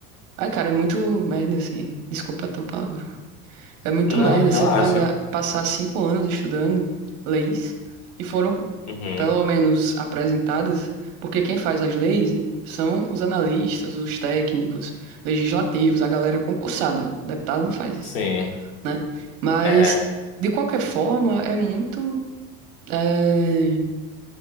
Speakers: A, on the right; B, on the left.
A: Ai, cara, é muito merda, assim. Desculpa até o palavrão. É muito
B: Não,
A: merda
B: relaxa.
A: você pagar, passar cinco anos estudando leis e foram,
B: Uhum.
A: pelo menos, apresentadas, porque quem faz as leis são os analistas, os técnicos, legislativos, a galera concursada. O deputado não faz isso,
B: Sim.
A: né? Mas,
B: É.
A: de qualquer forma, é muito. eh,